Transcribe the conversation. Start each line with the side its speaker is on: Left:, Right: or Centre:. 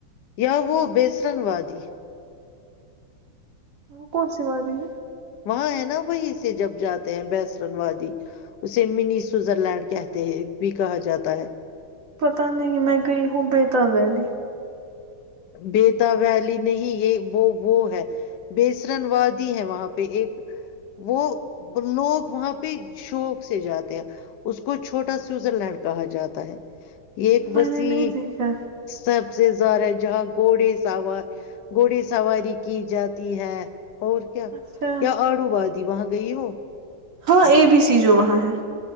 Left: یا وہ
Right: نہیں
Left: بیسرن وادی <inaudible>
Right: ہم کون سی ب رہی ہے
Left: وہاں ہے نا وہیں سے جب جاتے ہیں بسرن وادی اسے منی سوزرلینڈ کہتے ہیں بھی کہا جاتا ہے
Right: پتا نہیں میں گئی ہوں بیےتا ویلی
Left: بیتا ویلی نہیں یہ وہ وہ ہے بیسرن وادی ہے وہاں پہ ایک وہ لوگ وہاں پہ شوق سے جاتے ہیں اس کو چھوٹا سویزر لینڈ کہا جاتا ہے یہ ایک
Right: میں نے
Left: جی
Right: نہیں دیکھا
Left: سب سے سارے جہاں گھڑے سواری گھڑے سواری کی جاتی ہے اور کیا
Right: ہے اچھا
Left: یا آڑو وادی وہاں گئی ہو
Right: ہاں اے بی سی جو وہاں ہے